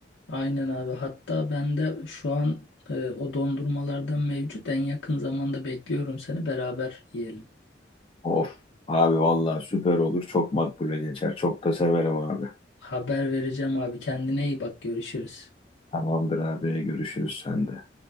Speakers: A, on the left; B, on the left.
A: Aynen abi. Hatta ben de şu an e, o dondurmalardan mevcut. En yakın zamanda bekliyorum seni. Beraber yiyelim.
B: Of abi vallahi süper olur. Çok makbule geçer. Çok da severim abi.
A: Haber vereceğim abi. Kendine iyi bak. Görüşürüz.
B: Tamamdır abi görüşürüz sende.